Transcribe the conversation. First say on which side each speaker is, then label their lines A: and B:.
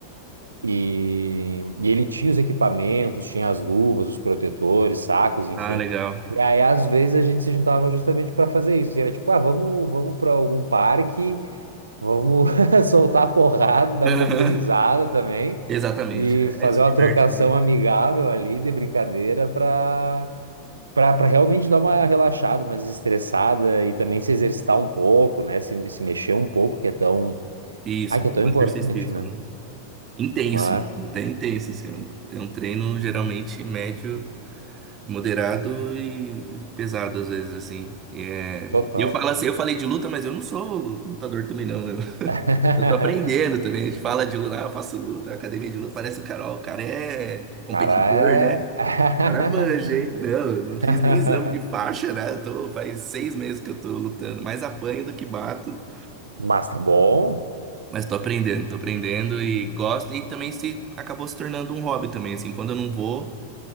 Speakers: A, on the right (about 75°); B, on the right (about 30°).
A: E, e ele tinha os equipamentos, tinha as luvas, os protetores, sacos, enfim.
B: Ah, legal.
A: E aí, às vezes, a gente se juntava justamente para fazer isso. Assim, era tipo, ah, vamos, vamos para algum parque, vamos <laughs> soltar a porrada, dar
B: <laughs>
A: um pouco de risada também
B: Exatamente.
A: e fazer
B: É, se
A: uma
B: diverte
A: trocação
B: também.
A: amigável ali de brincadeira para para realmente dar uma relaxada, uma desestressada e também se exercitar um pouco, né? Se, se mexer um pouco, que é tão,
B: Isso,
A: ah, que é tão
B: é
A: importante,
B: um exercício físico,
A: né?
B: né? Intenso,
A: Ah,
B: até intenso, assim. É um, é um treino geralmente médio, moderado e pesado, às vezes, assim. E é-
A: total.
B: e eu falo assim, eu falei de luta, mas eu não sou lutador também, não. Eu,
A: <laughs>
B: eu tô aprendendo também. A gente fala de luta, ah, eu faço luta, academia de luta, parece o cara, ó, o cara é competidor,
A: Cara,
B: né?
A: é.
B: O cara manja, hein? Não, eu não fiz
A: <laughs>
B: nem exame de faixa, né? Eu tô, faz seis meses que eu tô lutando, mais apanho do que bato.
A: Mas tá bom.
B: Mas tô aprendendo, tô aprendendo e gosto. E também se acabou se tornando um hobby também, assim. Quando eu não vou,